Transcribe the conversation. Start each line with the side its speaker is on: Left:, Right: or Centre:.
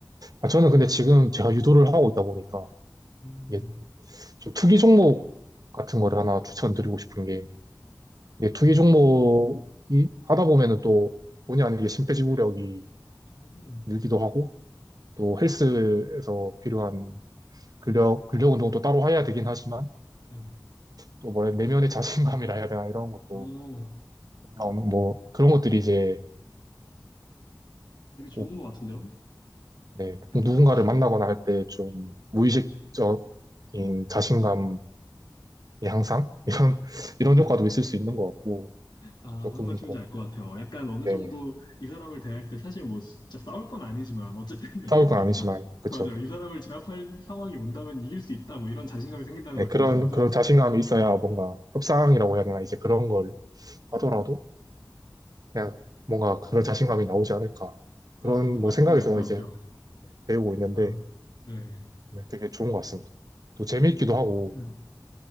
Right: 아, 저는 근데 지금 제가 유도를 하고 있다 보니까
Left: 음,
Right: 이게 좀 투기 종목 같은 거를 하나 추천드리고 싶은 게 이게 투기
Left: 네.
Right: 종목이 하다 보면은 또 본의 아니게 심폐지구력이
Left: 오,
Right: 늘기도 하고 또 헬스에서 필요한 근력, 근력 운동도 따로 해야 되긴 하지만
Left: 네네.
Right: 또 뭐래 내면의 자신감이라 해야 되나 이런 것도
Left: 어,
Right: 올라오는 뭐 그런 것들이 이제
Left: 되게 좋은
Right: 꼭
Left: 것 같은데요?
Right: 네,
Left: 약간,
Right: 꼭 누군가를 만나거나 할 때 좀 무의식적인 자신감의 향상 이런 <laughs> 이런
Left: 음,
Right: 효과도 있을 수 있는 것 같고
Left: 아,
Right: 조금
Left: 무슨 말씀인지
Right: 꼭
Left: 알 것 같아요. 약간 어느
Right: 네네
Left: 정도 이 사람을 대할 때 사실 뭐 진짜 싸울 건 아니지만 어쨌든, <laughs> 네.
Right: 싸울 건 아니지만 그쵸
Left: 맞아요. 이 사람을 제압할 상황이 온다면 이길 수 있다. 뭐 이런 자신감이 생긴다는
Right: 네,
Left: 말씀이신
Right: 그런
Left: 거죠?
Right: 그런 자신감이 있어야 뭔가 협상이라고 해야 되나 이제 그런 걸 하더라도 그냥 뭔가 그런 자신감이 나오지 않을까 그런
Left: 아, 무슨
Right: 뭐
Left: 말씀인지
Right: 생각에서
Left: 알 것
Right: 이제
Left: 같아요.
Right: 배우고 있는데
Left: 아, 네.
Right: 네, 되게 좋은 것 같습니다. 또 재미있기도
Left: 음,
Right: 하고